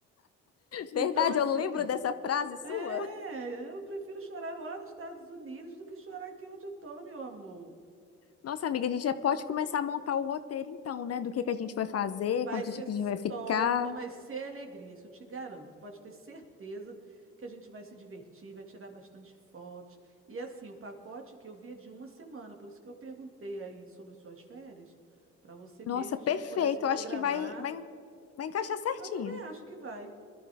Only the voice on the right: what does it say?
Então, assim,
é, eu prefiro chorar lá nos Estados Unidos do que chorar aqui onde eu tô, meu amor.
Vai
ser
só,
só vai ser alegria, isso eu te garanto. Pode ter certeza que a gente vai se divertir, vai tirar bastante fotos. E assim, o pacote que eu vi é de uma semana, por isso que eu perguntei aí sobre suas férias, para você mesmo
poder se programar.
Eu também acho que vai.